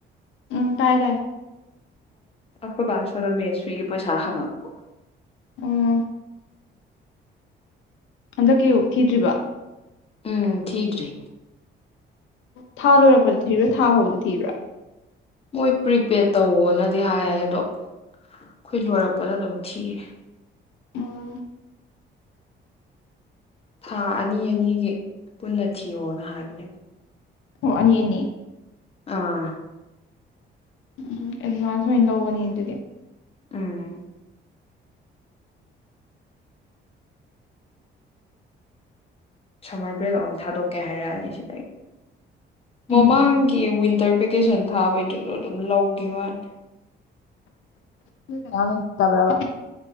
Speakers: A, on the left; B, on the left.
A: ꯎꯝ ꯇꯥꯏ ꯇꯥꯏ
B: ꯑꯈꯣꯏ ꯕꯥꯅ ꯁꯣꯝꯗ ꯃꯦꯁꯐꯔꯤꯒꯤ ꯄꯩꯁꯥ ꯍꯪꯉꯛꯄ
A: ꯎꯝ ꯍꯟꯗꯛꯀꯤ ꯊꯤꯗ꯭ꯔꯤꯕꯣ
B: ꯎꯝ ꯊꯤꯗ꯭ꯔꯤ
A: ꯊꯥ ꯂꯣꯏꯔꯛꯄꯗ ꯊꯤꯕ꯭ꯔꯥ ꯊꯥ ꯍꯧꯕꯗ ꯊꯤꯕ꯭ꯔꯥ
B: ꯃꯣꯏ ꯄ꯭ꯔꯤꯄꯦꯗ ꯇꯧꯋꯣꯅꯗꯤ ꯍꯥꯏꯌꯦ ꯑꯗꯣ ꯑꯩꯈꯣꯏ ꯂꯣꯏꯔꯛꯄꯗ ꯑꯗꯨꯝ ꯊꯤꯔꯦ
A: ꯎꯝ
B: ꯊꯥ ꯑꯅꯤ ꯑꯅꯤꯒꯤ ꯄꯨꯟꯅ ꯊꯤꯌꯣꯅ ꯍꯥꯏꯕꯅꯦꯕ
A: ꯑꯣ ꯑꯅꯤ ꯑꯅꯤ
B: ꯑꯥ
A: ꯎꯝ ꯑꯦꯗꯚꯥꯟꯁ ꯑꯣꯏꯅ ꯂꯧꯕꯅꯤꯅꯦ ꯑꯗꯨꯗꯤ
B: ꯎꯝ ꯁꯝꯃꯔ ꯕꯔꯦꯛ ꯑꯃꯨꯛ ꯊꯥꯗꯣꯛꯀꯦ ꯍꯥꯏꯔꯛꯑꯅꯤ ꯁꯤ ꯃꯃꯥꯡꯒꯤ
A: ꯎꯝ
B: ꯋꯤꯟꯇꯔ ꯕꯦꯀꯦꯁꯟ ꯊꯥꯕꯩꯗꯨꯁꯨ ꯑꯗꯨꯝ ꯂꯧꯒꯤꯕ ꯋꯥꯅꯤ
A: ꯅꯣꯏ ꯀꯅꯥꯝ ꯂꯩꯇꯕ꯭ꯔꯥꯕꯥ